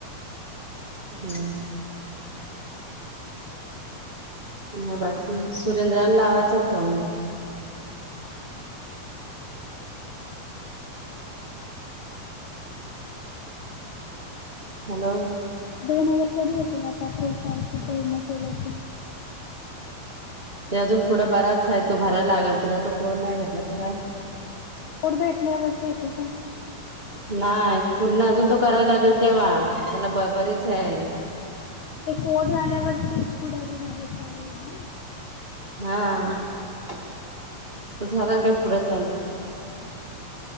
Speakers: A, on the right; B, on the left.
A: हुं. म बाकी सुरेंद्रला लावायचा फोन हॅलो
B: दोन हजार कधी येतल आता प्रोफाईल पूर्ण केलं की
A: ते अजून पुढं बराच हाय तो भरायला लागल तुला तो कोड नाही भेटला तो काय
B: पुढ भेटल्यावरती येतोय काय?
A: नाय पूर्ण अजून तो करावा लागेल तेव्हा त्याला ब बरेच हे हाय
B: ते कोड आल्यावर ती पुढे <unintelligible> चालू होईल ना?
A: हा तुझं झाला काय पुुढं चालू